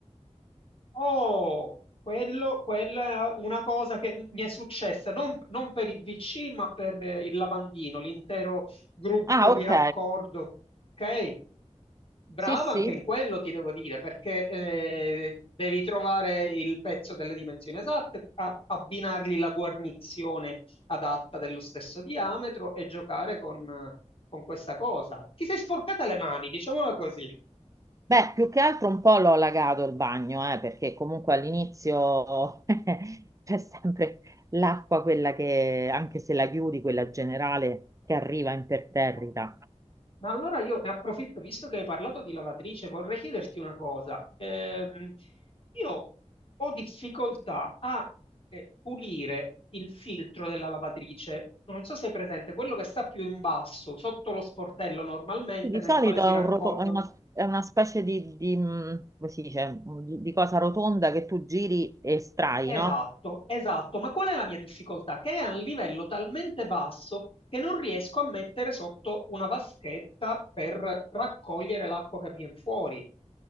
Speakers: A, on the left (about 50°); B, on the right (about 25°).
A: Oh, quello, quella è una cosa che mi è successa non, non per il VC, ma per eh, il lavandino, l'intero gruppo
B: Ah,
A: di
B: ok.
A: raccordo. Ok, brava
B: Sì, sì.
A: anche in quello, ti devo dire, perché eh, devi trovare il pezzo delle dimensioni esatte, a- abbinargli la guarnizione adatta dello stesso diametro e giocare con, con questa cosa. Ti sei sporcata le mani, diciamola così.
B: Beh, più che altro un po' l'ho allagato il bagno, eh, perché comunque all'inizio <laughs> c'è sempre l'acqua, quella che, anche se la chiudi, quella generale, che arriva imperterrita.
A: <laughs> Ma allora io ne approfitto, visto che hai parlato di lavatrice, vorrei chiederti una cosa. Ehm, io ho difficoltà a eh, pulire il filtro della lavatrice. Non so se è presente, quello che sta più in basso, sotto lo sportello normalmente,
B: Sì, Di
A: nel
B: solito
A: quale si
B: è,
A: raccolgono.
B: un roto- è una, è una specie di, di, mh, come si dice, mm, di, di cosa rotonda che tu giri e estrai,
A: Esatto,
B: no?
A: esatto. Ma qual è la mia difficoltà? Che è a un livello talmente basso che non riesco a mettere sotto una vaschetta per raccogliere l'acqua che viene fuori.